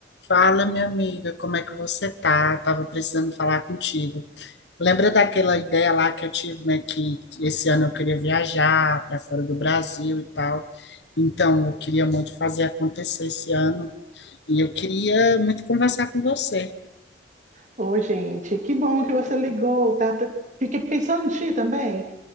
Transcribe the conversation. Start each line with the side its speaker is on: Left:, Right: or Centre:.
Left: Fala, minha amiga, como é que você tá? Tava precisando falar contigo. Lembra daquela ideia lá que eu tive, né, que que esse ano eu queria viajar para fora do Brasil e tal. Então, eu queria muito fazer acontecer esse ano e eu queria muito conversar com você.
Right: Ô, gente, que bom que você ligou, tá? Tá, Fiquei pensando em ti também.